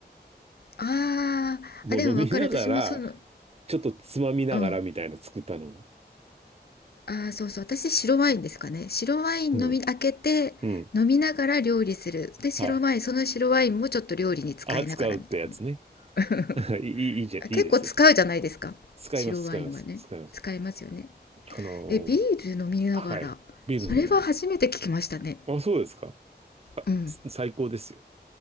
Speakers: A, on the left (about 65°); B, on the right (about 35°).
A: ああ、
B: もう飲みながら、
A: あ、でもわかる。私もその、
B: ちょっとつまみながらみたいな作ったのを。
A: うん。ああ、そうそう。私、白ワインですかね。白ワイン飲み、
B: うん
A: 開けて、
B: うん。
A: 飲みながら料理する。で、白ワイン、
B: はい。
A: その白ワインもちょっと料理に使いながらみた
B: あ、使うってやつね。
A: いな。
B: <laughs> いい、いいいいじゃん。いいですよ。
A: <laughs> 結構使うじゃないですか。
B: 使います、
A: 白ワインはね。
B: 使います、使います。
A: 使いますよね。
B: あのー
A: え、ビール飲みながら。
B: はい。ビール飲みながら。
A: それは初めて聞きましたね。
B: あ、そうですか。
A: うん。
B: す最高ですよ。